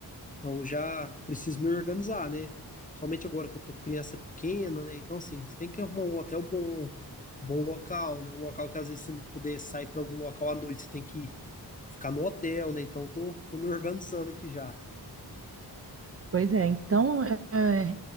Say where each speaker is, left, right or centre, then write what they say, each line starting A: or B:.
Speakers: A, on the left; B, on the right.
A: Então eu já preciso me organizar, né? Principalmente agora que eu tô criança pequena, né? Então, assim, você tem que arrumar um hotel bom, bom local, né? Um local que às vezes você não puder sair para algum local à noite, você tem que ficar no hotel, né? Então eu tô, tô me organizando aqui já.
B: Pois é, então é,